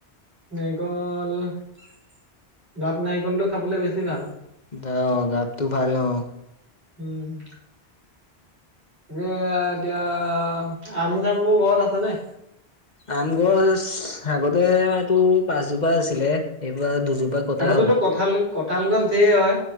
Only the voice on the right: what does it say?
নাৰিকল দাপ নাৰিকলটো খাবলৈ বেছি ভাল
উম এ এতিয়া আম চাম বোৰ ঘৰত আছে নে
আগতেতো
কঁঠাল কঁঠাল গছ ধেৰ হয়